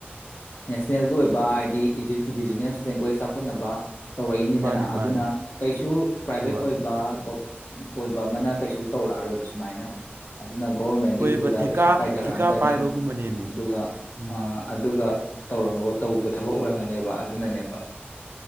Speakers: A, on the left; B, on the right.
A: ꯅꯦꯁꯅꯦꯜꯒꯤ ꯑꯣꯏꯕ ꯍꯥꯏꯗꯤ ꯏꯟꯗꯤꯖꯤꯅ꯭ꯌꯁ ꯂꯦꯡꯒ꯭ꯋꯦꯖ ꯆꯥꯎꯈꯠꯅꯕ ꯇꯧꯔꯛꯏꯅꯤꯗꯅ
B: ꯃꯥꯅꯦ ꯃꯥꯅꯦ
A: ꯑꯗꯨꯅ ꯀꯩꯁꯨ ꯄ꯭ꯔꯥꯏꯚꯦꯠ
B: ꯍꯣꯏ
A: ꯑꯣꯏꯕ ꯑꯣꯏꯕ ꯑꯃꯅ ꯀꯩꯁꯨ ꯇꯧꯔꯛꯑꯔꯣꯏꯕ ꯁꯨꯃꯥꯏꯅ ꯑꯗꯨꯅ ꯒꯣꯚꯔꯃꯦꯟꯒꯤ
B: ꯍꯣꯏꯕ
A: ꯊ꯭ꯔꯨꯗ
B: ꯊꯤꯀꯥ
A: ꯄꯩꯁꯥ ꯀꯥꯏꯊꯔꯛꯑꯟꯒꯅꯤ
B: ꯊꯤꯀꯥ ꯄꯥꯏꯕꯒꯨꯝꯕꯅꯦꯃꯦ
A: ꯑꯗꯨꯒ
B: ꯎꯝ
A: ꯑꯥ ꯑꯗꯨꯒ ꯇꯧꯔꯝꯒ ꯇꯧꯕ ꯊꯕꯛ ꯑꯣꯏꯔꯝꯒꯅꯤ ꯅꯦꯕ ꯑꯗꯨꯅꯅꯦꯕ